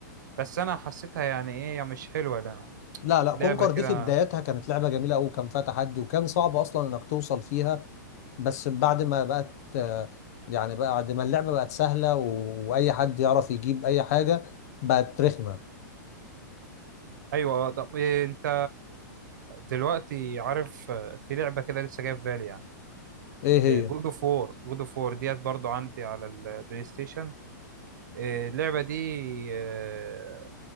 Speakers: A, on the right; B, on the left.
A: بس انا حسيتها يعني ايه يعني مش حلوة لأ.
B: لا لا
A: لعبة
B: كونكر
A: كده
B: دي في بدايتها كانت لعبة جميلة أوي وكان فيها تحدي وكان صعب أصلا إنك توصل فيها بس بعد ما بقت آه، يعني بعد ما اللعبة بقت سهلة و- وأي حد يعرف يجيب أي حاجة بقت رخمة
A: ايوه اه طب إيه، انت دلوقتي عارف آه، في لعبة كده لسه جاية في بالي يعني
B: إيه هي؟
A: جود اوف وور جود اوف وور ديت برضو عندي على البلاي ستيشن إيه، اللعبة دي آه،